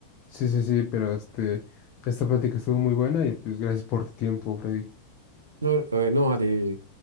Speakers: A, on the left; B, on the right.
A: sí, sí, sí, pero este, esta plática estuvo muy buena y pues gracias por tu tiempo, Freddy.
B: No, eh, no, a ti.